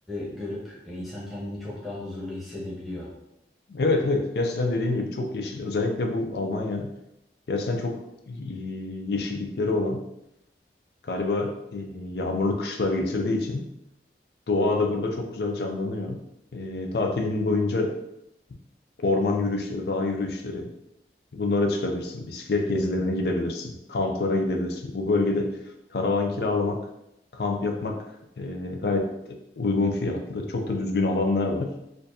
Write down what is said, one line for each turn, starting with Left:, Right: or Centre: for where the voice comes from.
Centre: görüp e, insan kendini çok daha huzurlu hissedebiliyor.
Left: Evet evet gerçekten dediğin gibi çok yeşil. Özellikle bu Almanya gerçekten çok e, yeşillikleri olan galiba e, yağmurlu kışlar geçirdiği için doğa da burada çok güzel canlanıyor. E, tatilin boyunca orman yürüyüşleri, dağ yürüyüşleri bunlara çıkabilirsin. Bisiklet gezilerine
Centre: Evet.
Left: gidebilirsin. Kamplara gidebilirsin. Bu bölgede karavan kiralamak, kamp yapmak e, gayet uygun fiyatlı. Çok da düzgün alanlar var.